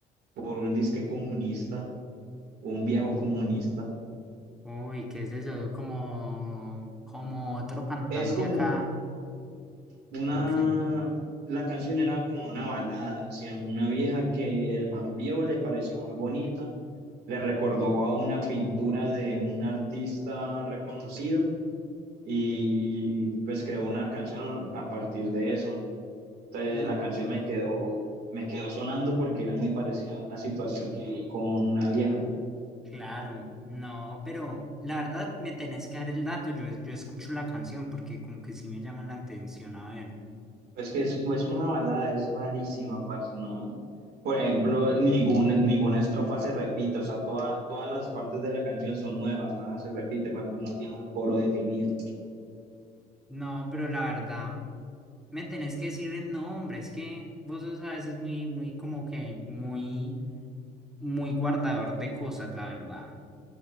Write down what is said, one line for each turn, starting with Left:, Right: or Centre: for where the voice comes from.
Right: por un disque comunista, un viejo comunista.
Centre: Uy, ¿qué es eso? Como, como otro cantante
Right: Es como,
Centre: acá.
Right: una,
Centre: ¿O qué?
Right: la canción era como una balada, hacia una vieja que el man vio, le pareció muy bonita, le recordó a una pintura de un artista reconocido y pues creó una canción a partir de eso. Entonces
Centre: Uy,
Right: la canción me quedó, me quedó sonando porque era muy parecida a la situación que viví con una vieja.
Centre: claro, no, pero la verdad me tenés que dar el dato. Yo, yo escucho la canción porque como que sí me llama la atención, a ver.
Right: Pues que es, es una balada, es rarísima, parce, no. Por ejemplo, ninguna, ninguna estrofa se repite, o sea, toda- todas las partes de la canción son nuevas, nada se repite, por ejemplo, no tiene un coro definido.
Centre: No, pero la verdad, me tenés que decir el nombre. Es que vos sos a veces muy, muy, como que muy, muy guardador de cosas, la verdad.